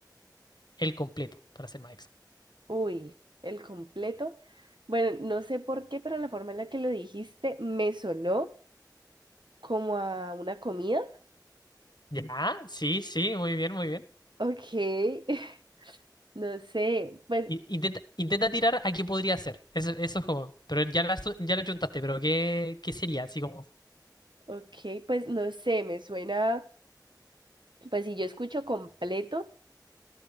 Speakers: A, on the left; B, on the right.
A: el completo, para ser más exacto?
B: uy, el completo. Bueno, no sé por qué, pero la forma en la que lo dijiste me sonó como a una comida.
A: Ya, sí, sí, muy bien, muy bien.
B: Ok, <laughs> no sé, pues,
A: I- Intenta, intenta tirar a qué podría ser. Eso, eso es como. Pero ya la, su- ya la chuntaste, pero ¿qué, qué sería? Así como.
B: ok, pues no sé, me suena, pues si yo escucho completo.